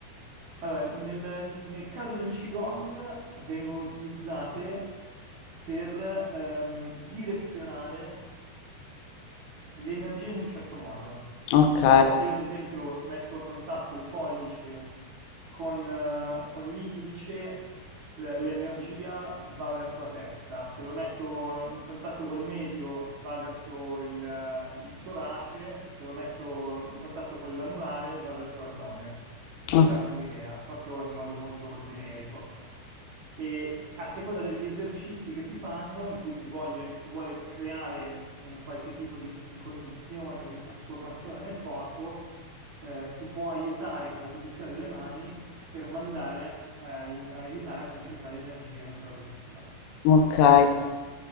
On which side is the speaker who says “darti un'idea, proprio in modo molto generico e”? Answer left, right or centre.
Right